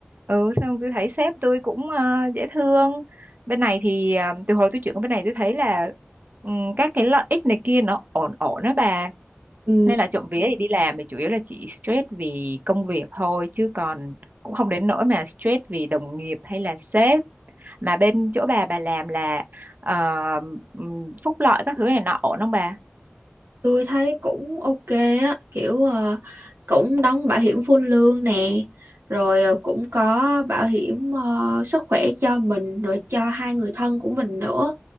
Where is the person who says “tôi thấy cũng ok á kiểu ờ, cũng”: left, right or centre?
Right